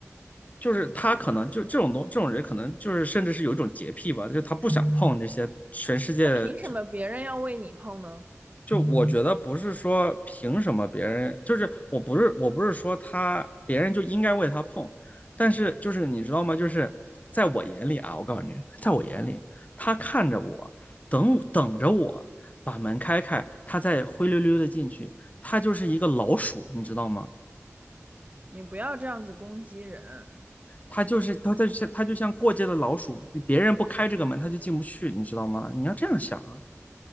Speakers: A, on the left (about 30°); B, on the right (about 30°).
A: 就是他可能就这种东这种人可能就是甚至是有一种洁癖吧，就是他不想碰这些全世界就
B: 那凭什么别人要为你碰呢？
A: 就我觉得不是说凭什么别人，就是我不是我不是说他别人就应该为他碰，但是就是你知道吗？就是在我眼里啊，我告诉你，在我眼里，他看着我，等等着我把门开开，他再灰溜溜的进去，他就是一个老鼠，你知道吗？
B: 你不要这样子攻击人。
A: 他就是他在像他就像过街的老鼠，别人不开这个门他就进不去，你知道吗？你要这样想啊，